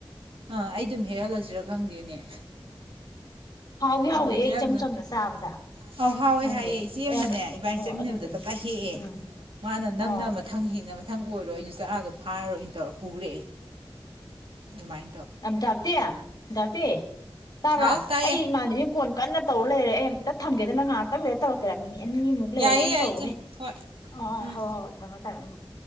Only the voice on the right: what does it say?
ꯑ ꯑꯩ ꯑꯗꯨꯝ ꯍꯦꯛꯍꯜꯂꯛꯁꯤꯔꯥ ꯈꯪꯗꯦꯅꯦ꯫
ꯑ ꯍꯦꯛꯍꯟꯅ
<unintelligible> ꯍꯥꯎꯋꯦ
ꯍꯥꯏꯑꯦ ꯏꯆꯦ ꯑꯃꯅꯅꯦ ꯏꯕꯥꯅꯤ
ꯆꯠꯃꯤꯟꯅꯕꯗ
ꯇꯞꯇꯥ ꯍꯦꯛꯑꯦ
ꯃꯥꯅ ꯅꯪꯅ
ꯃꯊꯪ ꯍꯦꯛꯅꯕ ꯅꯪ ꯑꯣꯏꯔꯣ ꯑꯩꯖꯨ ꯆꯔꯥꯗꯣ ꯐꯥꯔꯣꯏꯅ ꯇꯧꯔ ꯄꯨꯔꯦ ꯑꯗꯨꯃꯥꯏ
ꯍꯥꯎ ꯇꯥꯏꯌꯦ
ꯌꯥꯏꯌꯦ
ꯌꯥꯏꯌꯦ
ꯏꯆꯦ ꯍꯣꯏ
ꯎꯝ